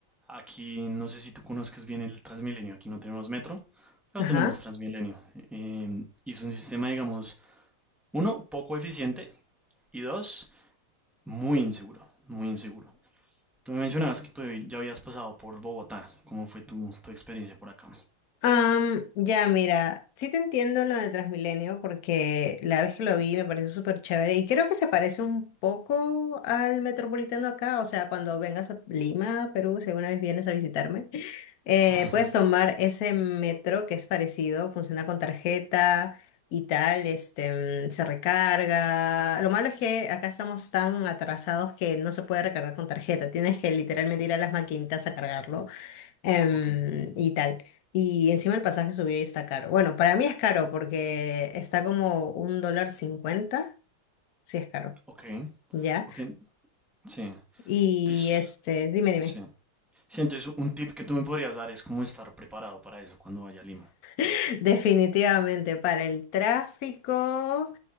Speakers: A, in the centre; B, on the left.
A: aquí, no sé si tú conozcas bien el Transmilenio, aquí no tenemos metro, pero
B: Ajá.
A: tenemos Transmilenio. Em, y es un sistema, digamos, uno, poco eficiente y dos, muy inseguro, muy inseguro. Tú me mencionabas que tú ya habías pasado por Bogotá. ¿Cómo fue tu, tu experiencia por acá?
B: Am, ya, mira, sí te entiendo lo de Transmilenio porque la vez que lo vi me pareció súper chévere y creo que se parece un poco al Metropolitano acá, o sea, cuando vengas a Lima, Perú, si alguna vez vienes a visitarme, <laughs> eh,
A: <laughs>
B: puedes tomar ese metro que es parecido, funciona con tarjeta y tal, este, mm, se recarga. Lo malo es que acá estamos tan atrasados que no se puede recargar con tarjeta, tienes que literalmente ir a las maquinitas a cargarlo. Em,
A: Ok,
B: y tal. Y encima el pasaje subió y está caro. Bueno, para mí es caro porque está como un dólar cincuenta. Sí, es caro.
A: ok,
B: Ya.
A: ok, sí.
B: Y
A: Entonces,
B: este, dime, dime.
A: sí. Sí, entonces un tip que tú me podrías dar es cómo estar preparado para eso cuando vaya a Lima.
B: <laughs> Definitivamente, para el tráfico.